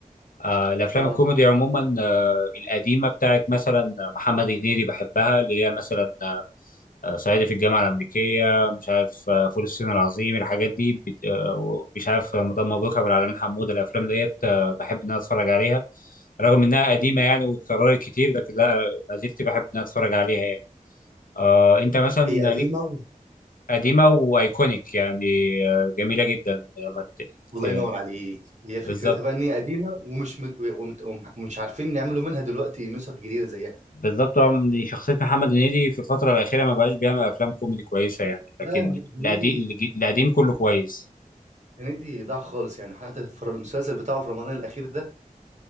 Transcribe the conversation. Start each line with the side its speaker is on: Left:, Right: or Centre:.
Left: آه، الافلام
Right: اه
Left: الكوميدي عموما آه، القديمه بتاعت مثلا محمد هنيدي بحبها اللي هي مثلا آه، صعيدي في الجامعه الامريكيه مش عارف آه، فول الصين العظيم الحاجات دي بت- آه، مش عارف آه، مدام مبروك ابو العلمين حموده الافلام ديت آه، بحب ان انا اتفرج عليها رغم انها قديمه يعني واتكررت كتير لكن لا ما زلت بحب ان انا اتفرج عليها يعني آه، انت مثلا
Right: هي قديمة
Left: ليك قديمه وايكونيك يعني آه، جميله جدا لما ت-
Right: الله
Left: آه،
Right: ينور عليك هي فكرتها
Left: بالظبط
Right: بقى ان هي قديمه ومش م... ومت... ومش عارفين يعملوا منها دلوقتي نسخ جديده زيها
Left: بالظبط هو من- شخصية محمد هنيدي في الفترة الأخيرة ما بقاش بيعمل أفلام كوميدي كويسة يعني لكن
Right: لا هنيدي
Left: القديم القديم كله كويس
Right: هنيدي ضاع خالص يعني حتى في المسلسل بتاعه في رمضان الاخير ده